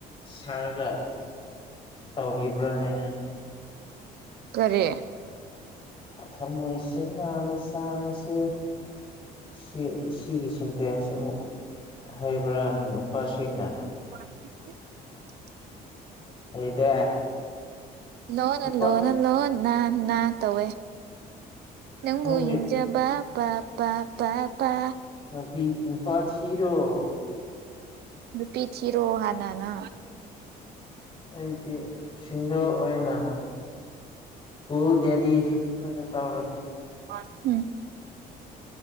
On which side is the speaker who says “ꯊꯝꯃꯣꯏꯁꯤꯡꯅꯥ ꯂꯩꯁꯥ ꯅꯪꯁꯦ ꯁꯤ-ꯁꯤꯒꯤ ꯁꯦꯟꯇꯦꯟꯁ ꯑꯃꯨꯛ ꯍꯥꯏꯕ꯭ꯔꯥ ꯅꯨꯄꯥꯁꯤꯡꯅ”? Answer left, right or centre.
Left